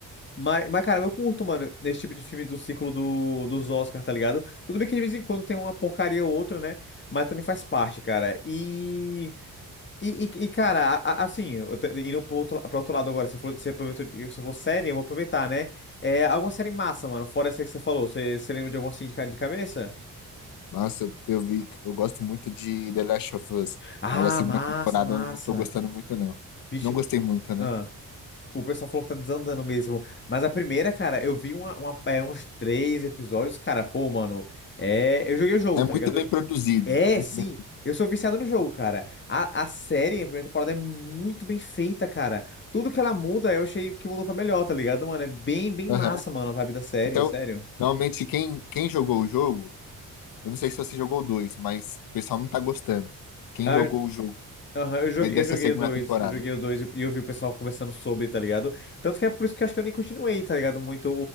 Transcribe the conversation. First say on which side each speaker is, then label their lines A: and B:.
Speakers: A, on the left; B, on the left.
A: Mas, mas, cara, eu curto, mano, esse tipo de filme do ciclo do, dos Oscars, tá ligado? Tudo bem que de vez em quando tem uma porcaria ou outra, né? Mas também faz parte, cara. E. E, e- e, cara, a- a- assim, eu tô indo pro outro, pro outro lado agora, você falou, você aproveitou, você falou série, eu vou aproveitar, né? É, alguma série massa, mano, fora essa que você falou, você, você lembra de alguma assim de, ca- de cabeça?
B: Nossa, eu vi, eu gosto muito de The Last of Us,
A: Ah,
B: mas a segunda
A: massa,
B: temporada
A: massa.
B: eu não tô gostando muito, não.
A: Vixe,
B: Não gostei muito, né?
A: ah, o pessoal falou que tá desandando mesmo. Mas a primeira, cara, eu vi uma, uma- é, uns três episódios, cara, pô, mano, é, eu joguei o jogo,
B: É
A: tá
B: muito
A: ligado?
B: bem produzido,
A: É,
B: muito
A: sim.
B: bem.
A: Eu sou viciado no jogo, cara. A, a série, a primeira temporada é muito bem feita, cara. Tudo que ela muda, eu achei que mudou pra melhor, tá ligado, mano? É bem, bem
B: Aham.
A: massa, mano, a vibe da série,
B: Então,
A: sério.
B: normalmente quem, quem jogou o jogo Eu não sei se você jogou o dois, mas o pessoal não tá gostando. Quem
A: Ah,
B: jogou o jogo
A: aham, eu joguei,
B: é dessa
A: eu joguei
B: segunda
A: o 2,
B: temporada.
A: eu joguei o 2 e eu, e eu vi o pessoal conversando sobre, tá ligado? Tanto que é por isso que eu acho que eu nem continuei, tá ligado? Muito